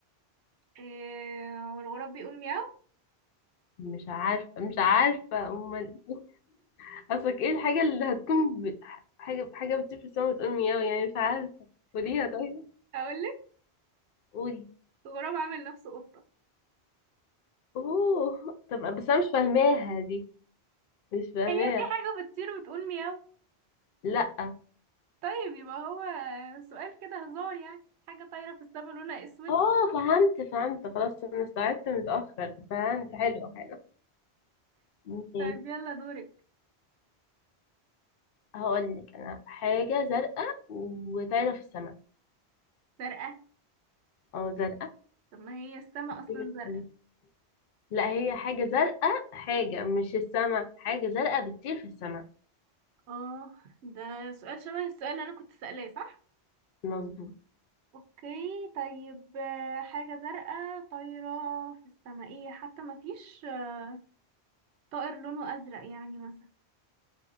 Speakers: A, on the right (about 80°); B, on the left (about 60°).
A: إيه والغراب بيقول مياو
B: مش عارفة مش عارفة أمال إيه؟ قصدك ايه الحاجة اللي هتكون ب... حاجة حاجة بتطير في السماء وتقول مياو يعني مش عارفة قوليها طيب
A: هقولك
B: قولي
A: الغراب عامل نفسه قطة
B: اوه طب بس انا مش فاهماها دي مش فاهماها
A: هي في حاجة بتطير وبتقول مياو
B: لا
A: طيب يبقى هو سؤال كده هزار يعني حاجة طايرة في السماء لونها اسود
B: اه فهمت فهمت خلاص انا استوعبت متأخر فهمت حلو حلو ماشي
A: طيب يلا دورك
B: هقول لك انا حاجة زرقاء وطايرة في السماء
A: زرقاء
B: اه زرقاء
A: طب ما هي السماء
B: بتطير
A: اصلا
B: في
A: زرقاء
B: السماء لا هي حاجة زرقاء حاجة مش السماء حاجة زرقاء بتطير في السماء
A: اه ده سؤال شبه السؤال اللي انا كنت سألاه صح
B: مظبوط
A: اوكي طيب آه، حاجة زرقاء طايرة في السماء ايه حتى ما فيش آه، طائر لونه ازرق يعني مثلا